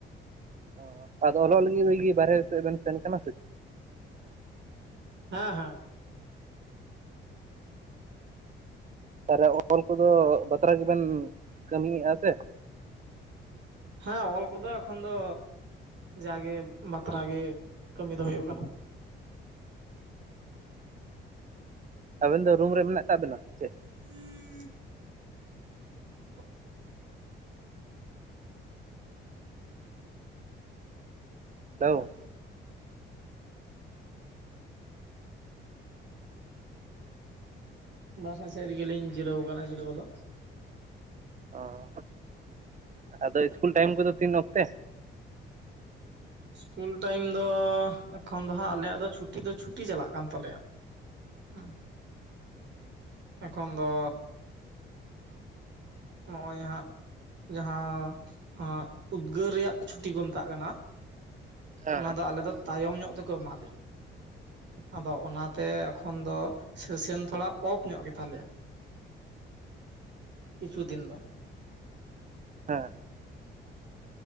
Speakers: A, on the right; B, on the right.
A: ᱚ ᱟᱫᱚ ᱚᱱᱟ ᱞᱟᱹᱜᱤᱫ ᱣᱤᱜᱤ ᱵᱟᱦᱮᱨᱮ ᱥᱮᱫ ᱵᱮᱱ ᱥᱮᱱ ᱠᱟᱱᱟ ᱥᱮ᱾
B: ᱦᱮᱸ ᱦᱮᱸ᱾
A: ᱛᱟᱨᱮ ᱚᱞ ᱠᱚᱫᱚ ᱵᱟᱛᱨᱟ ᱜᱮᱵᱮᱱ ᱠᱟᱹᱢᱤᱭᱮᱜᱼᱟ ᱥᱮ?
B: ᱦᱮᱸ ᱚᱞ ᱠᱚᱫᱚ ᱮᱠᱷᱚᱱ ᱫᱚ ᱡᱟᱜᱮ ᱵᱟᱛᱨᱟ ᱜᱮ ᱠᱟᱹᱢᱤ ᱫᱚ ᱦᱩᱭᱩᱜ ᱠᱟᱱᱟ᱾
A: ᱟᱵᱮᱱ ᱫᱚ ᱨᱩᱢ ᱨᱮ ᱢᱮᱱᱟᱜ ᱠᱟᱜᱵᱮᱱᱟ ᱥᱮ ᱪᱮᱫ?
B: <inaudible> <unintelligible>
A: ᱦᱮᱞᱳ
B: ᱵᱟᱨᱦᱮ ᱥᱮᱜ ᱨᱮᱜᱮᱞᱤᱧ ᱡᱤᱨᱟᱹᱣ ᱠᱟᱱᱟ ᱡᱤᱨᱟᱹᱣ ᱫᱚ ᱾
A: ᱚᱸ ᱟᱫᱚ ᱤᱥᱠᱩᱞ ᱴᱟᱭᱤᱢ ᱠᱚᱫᱚ ᱛᱤᱱ ᱚᱠᱛᱮ?
B: ᱤᱥᱠᱩᱞ ᱴᱟᱭᱤᱢ ᱫᱚ ᱮᱠᱷᱚᱱ ᱫᱚ ᱦᱟᱸᱜ ᱟᱞᱮᱭᱟᱜ ᱫᱚ ᱦᱟᱸᱜ ᱪᱷᱩᱴᱤ ᱫᱚ ᱪᱷᱩᱴᱤ ᱪᱟᱞᱟᱜ ᱠᱟᱱ ᱛᱟᱞᱮᱭᱟ ᱾ ᱦᱩᱸ ᱮᱠᱷᱚᱱ ᱫᱚ ᱱᱚᱜᱼᱚᱭ ᱦᱟᱸᱜ ᱡᱟᱦᱟᱸ ᱟᱸᱜ ᱩᱫᱽᱜᱟᱹᱨ ᱨᱮᱭᱟᱜ ᱪᱷᱩᱴᱤ ᱠᱚ ᱢᱮᱛᱟᱜ ᱠᱟᱱᱟ,
A: ᱦᱮᱸ
B: ᱚᱱᱟ ᱫᱚ ᱟᱞᱮ ᱫᱚ ᱛᱟᱭᱚᱢ ᱧᱚᱜ ᱛᱮᱠᱚ ᱮᱢᱟ ᱞᱮᱭᱟ, ᱟᱫᱚ ᱚᱱᱟᱛᱮ ᱮᱠᱷᱚᱱ ᱫᱚ ᱥᱮᱥᱮᱱ ᱛᱷᱚᱲᱟ ᱚᱯᱷ ᱧᱚᱜ ᱜᱮᱛᱟᱞᱮᱭᱟ ᱾ ᱠᱤᱪᱷᱩ ᱫᱤᱱ ᱫᱚ ᱾
A: ᱦᱮᱸ ᱦᱮᱸ